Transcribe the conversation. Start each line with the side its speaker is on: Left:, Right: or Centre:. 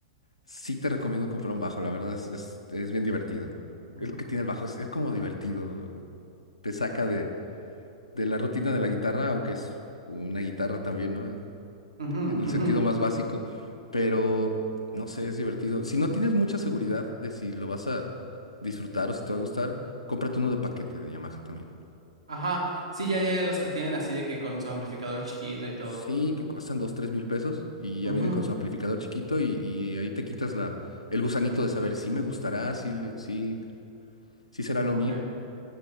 Left: Sí te recomiendo comprar un bajo, la verdad es, es, es bien divertido.
Right: Ujú.
Left: Es lo que tiene el bajo, es, es como divertido, te saca de, de la rutina de la guitarra, aunque es una guitarra también, ¿no? En,
Right: Ujú,
Left: en el sentido
Right: ujú.
Left: más básico, pero no sé, es divertido. Si no tienes mucha seguridad de si lo vas a disfrutar o si te va a gustar, cómprate uno de paquete de Yamaha también.
Right: Ajá. Sí, ya, ya, ya, los que tienen así de que con su amplificador chiquito y todo.
Left: Sí, que cuestan dos, tres mil pesos y ya
Right: Ujú.
Left: vienen con su amplificador chiquito y, y ahí te quitas la, el gusanito de saber si me gustará, si, le- si, si será lo
Right: Ok.
Left: mío,